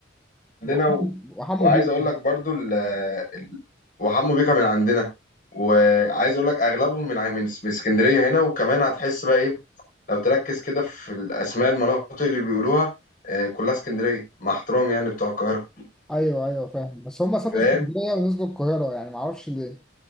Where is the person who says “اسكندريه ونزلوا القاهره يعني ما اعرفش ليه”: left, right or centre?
Centre